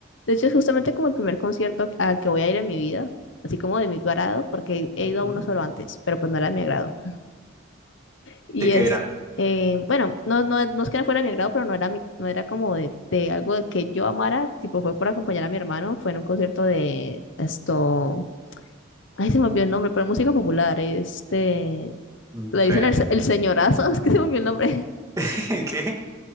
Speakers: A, on the left (about 65°); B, on the right (about 15°).
A: De hecho, es justamente como el primer concierto al que voy a ir en mi vida. Así como de mi agrado, porque he
B: Ujú.
A: he ido a uno solo antes, pero pues no era de mi agrado. Y
B: ¿De qué
A: es,
B: era?
A: eh, bueno, no, no, no es que no fuera de mi agrado, pero no era, mi- no era como de, de algo de que yo amara, tipo fue por acompañar a mi hermano, fue en un concierto de esto, ay, se me olvidó el nombre, pero música popular, este,
B: No
A: le dicen
B: sé.
A: el, se- el señorazo, <laughs> es que se me olvidó el nombre,
B: <laughs> ¿Qué?